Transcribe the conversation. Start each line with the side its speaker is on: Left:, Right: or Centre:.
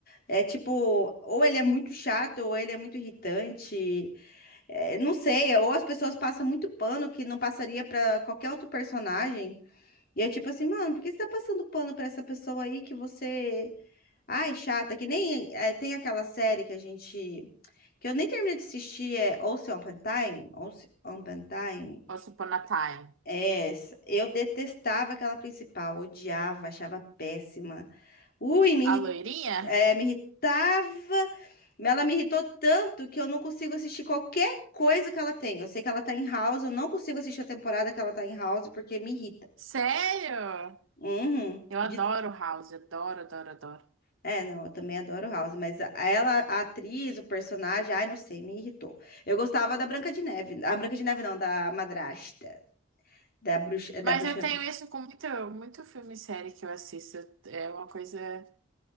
Left: é tipo, ou ele é muito chato, ou ele é muito irritante. É, não sei, ou as pessoas passam muito pano que não passaria pra qualquer outro personagem. E é tipo assim, mano, por que você tá passando pano pra essa pessoa aí que você. Ai, chata, que nem é, tem aquela série que a gente. Que eu nem terminei de assistir, é Once Upon a Time. Once Upon a Time.
Right: Once upon a time.
Left: É, essa. eu detestava aquela principal, odiava, achava péssima. Ui, me
Right: A loirinha?
Left: é, me irritava. Ela me irritou tanto que eu não consigo assistir qualquer coisa que ela tem. Eu sei que ela tá em House, eu não consigo assistir a temporada que ela tá em House porque me irrita.
Right: Sério?
Left: Uhum.
Right: Eu adoro
Left: De-
Right: o House, adoro, adoro, adoro.
Left: É, não, eu também adoro House, mas a- ela, a atriz, o personagem, ai, não sei, me irritou. Eu gostava da Branca de Neve. A Branca de Neve não, da madrasta, da bruxa, da
Right: Mas
Left: bruxa.
Right: eu tenho isso com muito, muito filme e série que eu assisto. É uma coisa